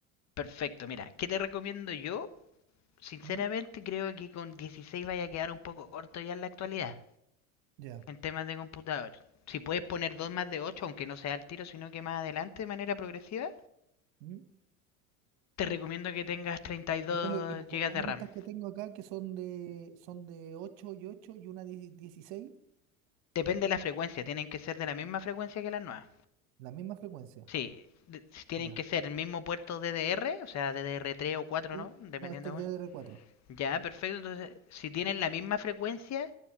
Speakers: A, on the left; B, on the right.
A: Perfecto, mira, ¿qué te recomiendo yo? Sinceramente
B: ¿Mm?
A: creo que con 16 vaya a quedar un poco corto ya en la actualidad,
B: Ya.
A: en temas de computador. Si puedes poner 2 más de 8, aunque no sea al tiro, sino que más adelante de manera progresiva,
B: ¿Mm?
A: te recomiendo que tengas 32
B: Y no, le, y no puedo
A: gigas
B: poner
A: de RAM.
B: estas que tengo acá, que son de, son de 8 y 8 y una 10 16,
A: Depende de la frecuencia, tienen que ser de la misma frecuencia que las nuevas.
B: la misma frecuencia.
A: Sí, de- si tienen
B: Ya.
A: que ser el mismo puerto DDR, o sea, ddr tres o 4,
B: ¿Sí?
A: ¿no? Dependiendo
B: No, este es
A: de...
B: ddr cuatro
A: Ya, perfecto. Entonces, si tienen la misma frecuencia,